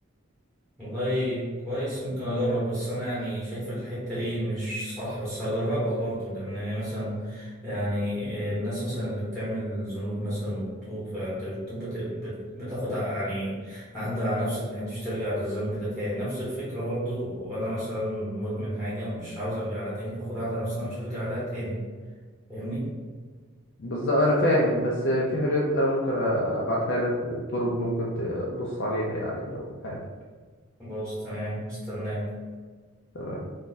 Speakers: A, in the centre; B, on the left.
A: والله كويس ممكن اجرب بس انا يعني شايف الحتة دي مش صح بس هجربها برضو لان مثلا يعني الناس مثلا اللي بتعمل ذنوب مثلا وبتوب فانت بتتوب بت- بت- بتاخد ع- يعني عهد على نفسك ان انت مش ترجع للذنب ده تاني نفس الفكرة برضو وانا مثلا مدمن حاجة مش عاوز ارجع لها تاني فاخد عهد على نفسي إن انا مش هرجع لها تاني فاهمني
B: بالظبط انا فاهم بس في حاجات انا ممكن ابعتها لك وطرق ممكن تبص عليها يعني لو حابب
A: خلاص تمام استناك
B: تمام